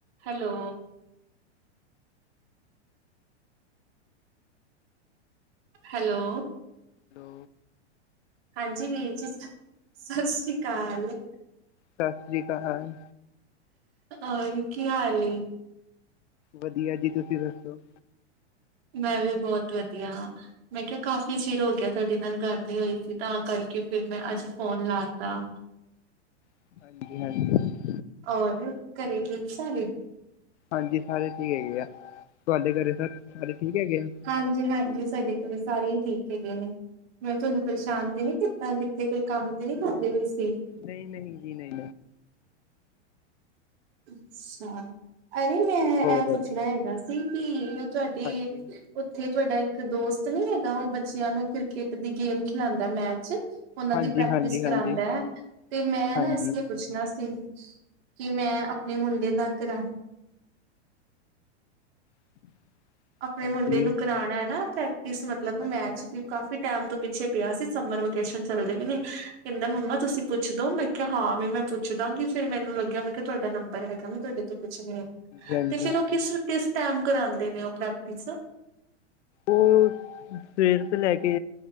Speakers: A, on the right (about 55°); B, on the left (about 75°).
A: Hello hello
B: <unintelligible> hello
A: ਹਾਂਜੀ ਵੀਰ ਜੀ, ਸਸ੍ਰੀਕਾਲ।
B: ਸਾਸ ਸ੍ਰੀ ਕਾਲ।
A: ਔਰ ਕੀ ਹਾਲ ਏ?
B: ਵਧੀਆ ਜੀ ਤੁਸੀ ਦੱਸੋ?
A: ਮੈਂ ਵੀ ਬੌਤ ਵਧੀਆਾਂ ਮੈਂ ਕਿਆ ਕਾਫ਼ੀ ਚਿਰ ਹੋ ਗਿਆ ਤਾਡੇ ਨਾਲ ਗੱਲ ਨੀ ਹੋਈ ਸੀ ਤਾਂ ਕਰਕੇ ਕੇ ਫੇਰ ਮੈ ਅੱਜ ਫੋਨ ਲਾ ਤਾ।
B: ਹਾਂਜੀ-ਹਾਂਜੀ
A: ਔਰ ਘਰੇ ਠੀਕ ਸਾਰੇ
B: ਹਾਂਜੀ ਸਾਰੇ ਠੀਕ ਹੈਗੇ ਆ ਤੁਹਾਡੇ ਘਰੇ ਸਰ ਸਾਰੇ ਠੀਕ ਹੈਗੇ ਆ
A: ਹਾਂਜੀ-ਹਾਂਜੀ ਸਾਡੇ ਘਰੇ ਸਾਰੇ ਹੀ ਠੀਕ ਹੈਗੇ ਨੇ ਮੈਂ ਤੁਹਾਨੂੰ ਪਰੇਸ਼ਾਨ
B: ਹਾਂਜੀ
A: ਤੇ ਨੀ ਕੀਤਾ ਕਿੱਥੇ ਕੋਈ ਕੰਮ ਤੇ ਨੀ ਕਰਦੇ ਪਏ ਸੀ।
B: ਨਹੀਂ-ਨਹੀਂ ਜੀ ਨਹੀਂ
A: ਅੱਛਾ ਅਰੇ ਮੈਂ ਇਹ
B: ਹੋਰ
A: ਪੁੱਛਣਾ ਹੈਗਾ ਸੀ ਕਿ ਤੁਹਾਡੇ
B: ਹਾਂਜੀ
A: ਉੱਥੇ ਤੁਹਾਡਾ ਇੱਕ ਦੋਸਤ ਨੀ ਹੈਗਾ ਉਹ ਬੱਚਿਆਂ ਨੂੰ ਕ੍ਰਿਕਟ ਦੀ ਗੇਮ ਖਿਲਾਉਂਦਾ ਮੈਚ ਉਹਨਾਂ
B: ਹਾਂਜੀ
A: ਦੀ ਪ੍ਰੈਕਟਿਸ
B: ਹਾਂਜੀ ਹਾਂਜੀ
A: ਕਰਉਂਦਾ ਹੈ ਤੇ ਮੈਂ ਨਾ
B: ਹਾਂਜੀ
A: ਇਸ ਲਈ
B: ਹਾਂਜੀ
A: ਪੁੱਛਣਾ ਸੀ ਕਿ ਮੈਂ ਆਪਣੇ ਮੁੰਡੇ ਦਾ ਕਰਾ
B: <inaudible>
A: ਆਪਣੇ
B: ਹਾਂਜੀ
A: ਮੁੰਡੇ ਨੂੰ ਕਰਾਉਣਾ ਹੈ ਨਾ ਪ੍ਰੈਕਟਿਸ ਮਤਲਬ
B: ਹਾਂਜੀ
A: ਮੈਚ
B: ਹਾਂਜੀ
A: ਦੀ ਕਾਫੀ
B: ਹਾਂਜੀ
A: ਟੈਮ ਤੋਂ ਪਿੱਛੇ ਪਿਆ ਸੀ ਸਮਰ ਵੇਕੇਸ਼ਨ ਚੱਲਦੇ ਪਏ ਨੇ ਕਹਿੰਦਾ ਮੰਮਾ ਤੁਸੀਂ ਪੁੱਛ ਦੋ ਮ ਕਿ ਹਾਂ ਵੀ ਮੈਂ ਪੁੱਛ ਦਾਂਗੀ ਫ਼ਿਰ ਮੈਨੂੰ ਲੱਗਿਆ ਮੈਂ ਕਿਹਾ ਤੁਹਾਡਾ ਨੰਬਰ ਹੈਗਾ ਮੈਂ ਤੁਹਾਡੇ ਤੋਂ ਪੁੱਛਣੀ ਆ
B: ਹਾਂਜੀ
A: ਤੇ ਫੇਰ ਉਹ ਕਿਸ-ਕਿਸ ਟੈਮ ਕਰਾਉਂਦੇ ਨੇ ਉਹ ਪ੍ਰੈਕਟਿਸ।
B: ਓ ਸਵੇਰ ਤੋਂ ਲੈ ਕੇ